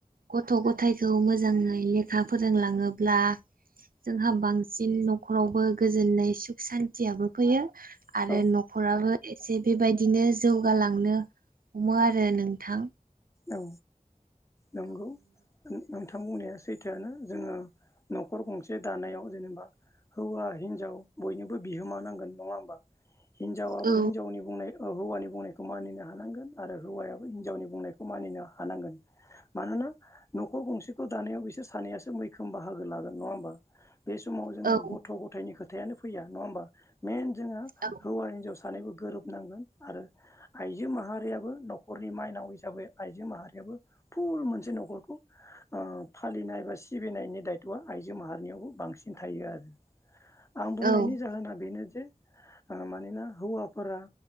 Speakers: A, on the right; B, on the left.
A: गथ' गथाइखौ मोजांङै लेखा फोरोंलांङोब्ला जोंहा बांसिन न'खरावबो गोजोननाय सुख सान्तयाबो फैयो
B: औ
A: आरो नख'राबो एसे बेबायदिनो जौगालांनो हमो आरो नोंथां
B: औ नंगौ औ नोंथां बुंनाया सैथोआनो जोङो न'खर दानायाव जेनेबा हौवा हिनजाव बयनिबो बिहोमा नांगोन नंङा होमबा हिनजावाबो
A: औ
B: हिन्जावनि अ हौवानि बुंनायखौ मानिनो हानांगोन आरो हौवायाबो हिनजावनि बुंनायखौ मानिनो हानांगोन मानोना न'खर गंसेखौ दानायाव बिसोर सानैयासो मैखोम बाहागो लागोन नङा होमबा? बे समाव जोंङो
A: औ
B: गथ' गथायनि खोथायानो फैया नङा होमबा मेन जोङो
A: औ
B: हौवा हिनजाव सानैबो गोरोबनांगोन आरो आइजो माहारियाबो न'खरनि माइनाव हिसाबै माहारियाबो फुल मोनसे न'खरखौ ओ फालिनाय बा सिबिनायनि दायथ'आ आइजो माहारिनियावबो बांसिन थायो आरो आं बुंनायनि
A: औ
B: जाहोना बेनो जे मानोना हौवा फोरा